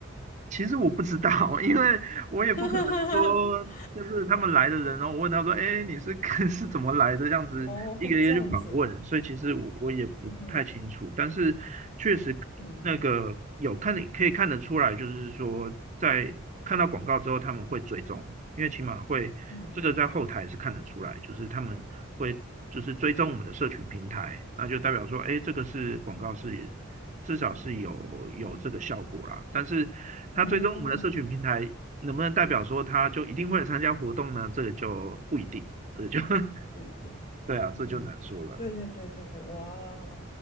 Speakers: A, on the right; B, on the left.
A: 其实我不知道，<laughs> 因为我也不可能说，
B: <laughs>
A: 就是他们来的人，然后我问他说：“哎，你是 <laughs> 是怎么来的？”这样子一个一个去访问，
B: 哦，这样子。
A: 所以其实我我也不太清楚，
B: 嗯哼，
A: 但是确实那个有看得可以看得出来，
B: 嗯
A: 就是说在看到广告之后，他们会追踪，因为起码会这个在后台是看得出来，
B: 嗯，
A: 就是他们会就是追踪我们的社群平台，那就代表说，哎，这个是广告是。至少是有有这个效果啦。但是它追踪我们的社群平台，
B: 哦，
A: 能不能代表说它就一定会来参加活动呢？这个就不一定，这个就 <laughs>
B: 不一定，
A: 对啊，这就难说了。
B: 嗯嗯，对对对对对，哇，